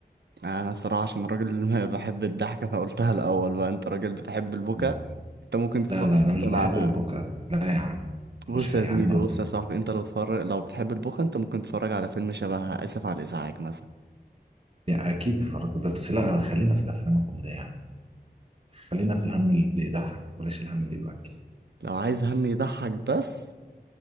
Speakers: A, on the right; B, on the right.
A: انا الصراحة عشان راجل ما بحب الضحكة فقلتها الاول بقى انت راجل بتحب البكا
B: آه.
A: انت ممكن تفكر
B: لا لا انا مش
A: أصلاً
B: بحب
A: على
B: البكا لا يا عم مفيش
A: بص
B: يا
A: يا زميلي
B: عم رب
A: بص يا صاحبي انت لو تتفرج لو بتحب البوخ انت ممكن تتفرج على فيلم شبه اسف على الازعاج مثلا
B: يعني اكيد اتفرجت بس
A: <laughs>
B: لا خلينا في الافلام الكوميديه خلينا في الهم اللي يضحك بلاش الهم اللي يبكي
A: لو عايز هم يضحك بس